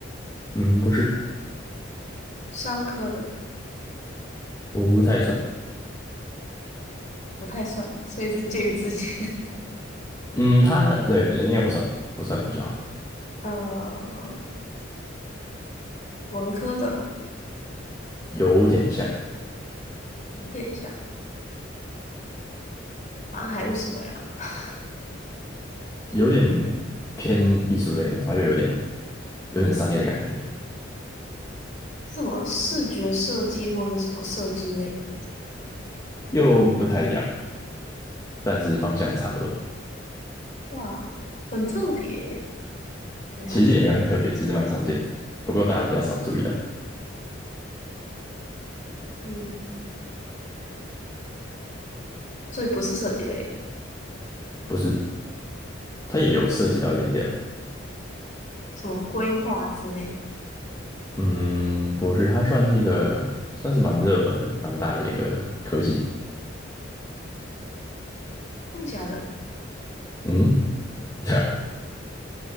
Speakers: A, on the left (about 15°); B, on the left (about 40°).
A: 嗯，不是，
B: 商科的
A: 不太算。
B: 不太算，所以是介于之间。
A: 嗯，它对应该不算，不算比较好，
B: <laughs> 呃，文科的
A: 有点像，
B: 有点像，好像还有什么呀？<laughs>
A: 有点偏艺术类的，然后又有点有点商业的感觉，
B: 是什么视觉设计或是什么设计类的？
A: 又不太一样，但是方向差不多。
B: 哇，很特别耶！等一下，
A: 其实也没有很特别，其实蛮常见的，不过大家比较少注意到。
B: 嗯，所以不是设计类的，
A: 不是，它也有涉及到一点点啊。
B: 什么规划之类的？
A: 嗯，不是，它算是一个算是蛮热门的、蛮大的一个科系。
B: 真的假的？
A: 嗯，<laughs> 对啊，